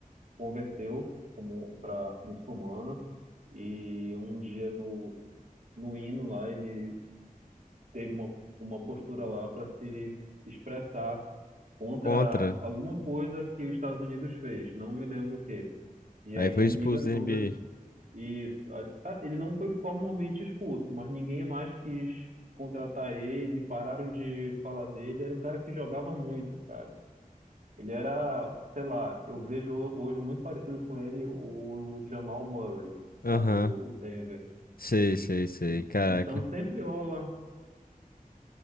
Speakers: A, on the right; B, on the left.
A: converteu como para muçulmano e um dia no, no hino lá ele teve uma, uma postura lá para se expressar contra
B: Contra.
A: alguma coisa que os Estados Unidos fez, não me lembro o quê. E
B: Aí
A: aí
B: foi
A: a
B: expulso
A: liga
B: da
A: toda
B: NBA.
A: e ah, ele não foi formalmente expulso, mas ninguém mais quis contratar ele, pararam de falar dele, era um cara que jogava muito, cara. Ele era, sei lá, eu vejo ho- hoje muito parecido com ele o Jamal Murray,
B: Aham.
A: lá do Denver.
B: Sei, sei, sei.
A: E-
B: Caraca.
A: Então sempre rola,